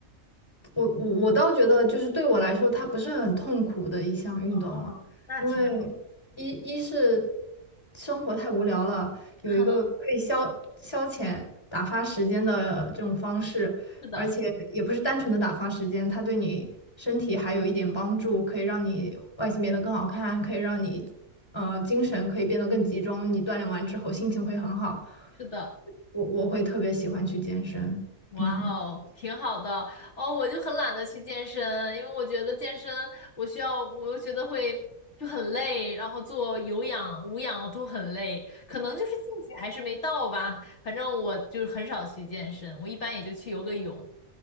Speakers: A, on the left (about 20°); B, on the left (about 55°).
A: 我我我倒觉得，就是对我来说，它不是很痛苦的一项运动啊，
B: 哦，那挺好。
A: 因为一一是生活太无聊了，有一个可以消消遣、
B: <laughs>
A: 打发时间的这种方式，
B: 是的，
A: 而且也不是单纯的打发时间，它对你身体还有一点帮助，可以让你外形变得更好看，可以让你呃精神可以变得更集中，你锻炼完之后心情会很好，
B: 是的，
A: 我我会特别喜欢去健身，
B: 哇哦，
A: 嗯。
B: 挺好的哦。我就很懒得去健身，因为我觉得健身我需要，我又觉得会就很累，然后做有氧、无氧都很累，可能就是兴趣还是没到吧。反正我就很少去健身，我一般也就去游个泳，